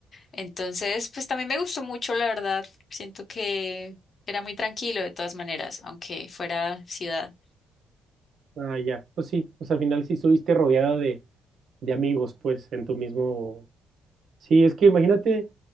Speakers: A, on the left; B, on the right.
A: Entonces, pues también me gustó mucho, la verdad. Siento que era muy tranquilo de todas maneras, aunque fuera ciudad.
B: Ah, ya, pues sí, pues al final sí estuviste rodeada de, de amigos, pues en tu mismo Sí, es que imagínate